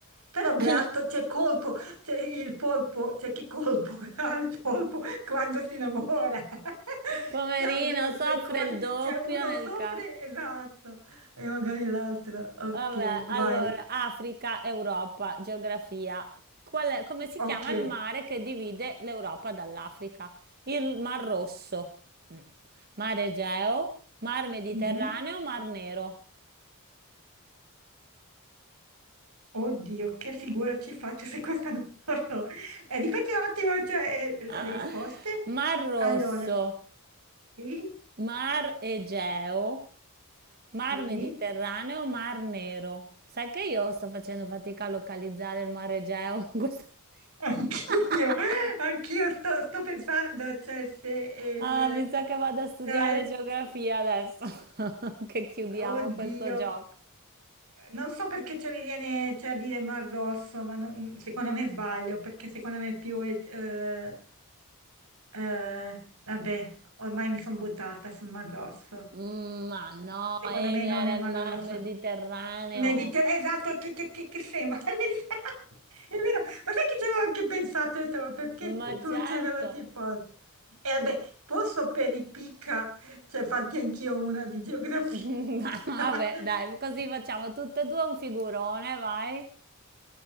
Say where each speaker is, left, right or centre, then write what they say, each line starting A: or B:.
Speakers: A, on the right (about 85°); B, on the right (about 45°).
A: Però beato,
B: <coughs>
A: c'è colpo, c'è il polpo, c'è chi colpo <laughs> ha il polpo quando si innamora. <laughs>
B: Poverino,
A: Cioè, Almeno due
B: soffre
A: cori,
B: il doppio
A: c'è uno
B: nel
A: soffre,
B: caso.
A: esatto, e magari l'altro. Ok,
B: Vabbè, allora,
A: vai.
B: Africa, Europa, geografia. Qual è- come si
A: Ok.
B: chiama il mare che divide l'Europa dall'Africa? Il Mar Rosso. Mm. Mare Egeo, Mar Mediterraneo,
A: Mhm.
B: Mar Nero.
A: Oddio, che figura ci faccio se questa non <laughs> la so. Eh, ripeti un attimo, cioè, eh,
B: Ah,
A: le risposte.
B: Mar Rosso.
A: Allora, sì,
B: Mar Egeo,
A: sì,
B: Mar Mediterraneo, Mar Nero. Sai che io sto facendo fatica a localizzare il Mar Egeo in questo momento?
A: anch'io,
B: <laughs>
A: <laughs> anch'io sto, sto pensando, cioè, se il...
B: Ah, mi sa che vado a studiare
A: cioè,
B: geografia adesso, <laughs> che chiudiamo
A: oddio.
B: questo gioco.
A: Non so perché ci mi viene cioè, a dire Mar Rosso, ma non- secondo me sbaglio, perché secondo me è più... il- eh, eh, vabbè, ormai mi sono buttata sul Mar Rosso.
B: Mm, Ma no,
A: Secondo
B: Emi
A: me non
B: era
A: è Mar
B: il Mar
A: Rosso.
B: Mediterraneo.
A: Mediterraneo, esatto, che, che, che, che sei, ma <laughs> è Mediterraneo. È vero. Ma sai che ci avevo anche pensato, ho detto, ma perché
B: Ma
A: tu
B: certo.
A: ce ve lo ti porti? E vabbè, posso per i picca, cioè farti anch'io una di geografia.
B: <laughs> Ma
A: <laughs>
B: Vabbè, dai, così facciamo tutte e due un figurone, vai.